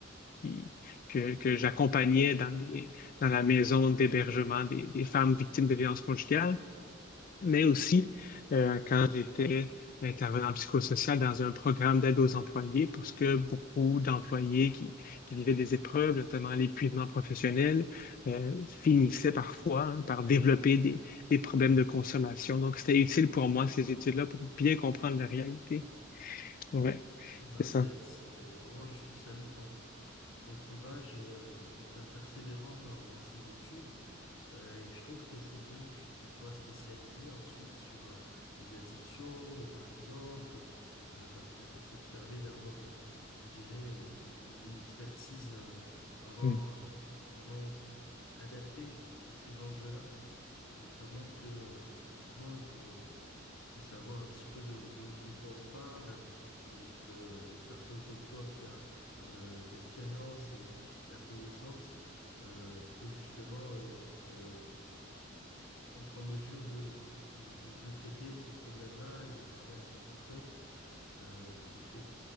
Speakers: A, on the left; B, on the left.
A: qui- que, que j'accompagnais dans les- dans la maison d'hébergement des, des femmes victimes de violences conjugales mais aussi euh, quand j'étais intervenant psychosocial dans un programme d'aide aux employés, parce que beaucoup d'employés qui, qui vivaient des épreuves, notamment l'épuisement professionnel, euh, finissaient parfois hein, par développer des, des problèmes de consommation. Donc, c'était utile pour moi, ces études-là, pour bien comprendre la réalité. Ouais,
B: Eh Ben
A: c'est
B: c'est,
A: ça.
B: c'est, vraiment, je te salue ton, ton courage euh, et ta persévérance dans, dans ces études. Euh, et je trouve que c'est bien que tu te sois spécialisé ensuite sur euh, les addictions, euh, par exemple, euh, parce que ça, ça te permet d'avoir, euh, je dirais, euh, une expertise euh, vraiment,
A: Mm,
B: euh, vraiment adaptée à ces enjeux-là. Et ça montre que, euh, bah, effectivement, il faut, faut savoir un petit peu de, de, de quoi on parle euh, et que une personne comme toi qui a euh, l'expérience et la connaissance euh, peut justement euh, euh, être en mesure de, de, de, de- de traiter ces problèmes-là et de parler à ces personnes, euh, en effet.